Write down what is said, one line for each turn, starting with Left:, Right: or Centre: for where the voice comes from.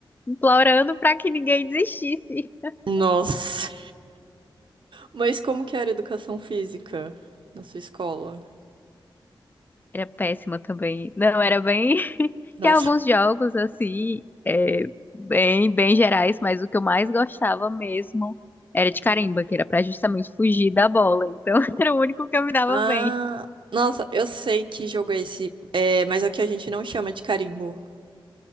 Left: implorando pra que ninguém desistisse.
Right: Nossa. Mas como que era a educação física na sua escola?
Left: Era péssima também. Não, era bem. <laughs>
Right: Nossa.
Left: Tinha alguns jogos, assim, é, bem, bem gerais, mas o que eu mais gostava mesmo era de carimba, que era pra justamente fugir da bola. Então, <laughs> era o único que eu me dava
Right: Ah,
Left: bem.
Right: nossa, eu sei que jogo é esse, é, mas aqui a gente não chama de carimbo.